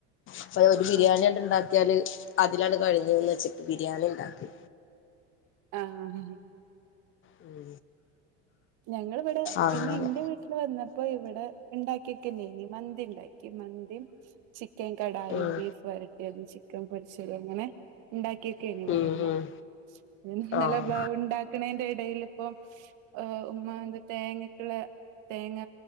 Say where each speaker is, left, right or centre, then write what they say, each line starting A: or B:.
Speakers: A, on the left; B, on the right.
A: അപ്പോ ഒരു ബിരിയാണിണ്ട്
B: ആഹ് ആഹ്
A: ഉണ്ടാക്കിയാല് അതിലാണ് കഴിഞ്ഞന്ന് വെച്ചിട്ട് ബിരിയാണി ഉണ്ടാക്കി
B: ആഹ്
A: ഉം
B: ഞങ്ങളിവിടെ
A: അങ്ങനെ
B: പിന്നെ എന്റെ വീട്ടില് വന്ന ഇപ്പൊ ഇവിടെ ഉണ്ടാക്കിയൊക്കെ നങ്ങ മന്തി ഉണ്ടാക്കി മന്തി ചിക്കൻ കടായും
A: ഉം
B: ബീഫ് വരട്ടിതും ചിക്കൻ പൊരിച്ചും അങ്ങനെ ഉണ്ടാക്കിയൊക്കാണ് ഇവിടെന്ന്
A: ഉം ഉം
B: ഇന്നലെ
A: ആഹ്
B: ഉണ്ടാക്കി ക്കണേന്റെ ഇടേല് ഇപ്പ ഉം ഉമ്മാന്റെ തേങ്ങക്ക് ഉള്ള തേങ്ങ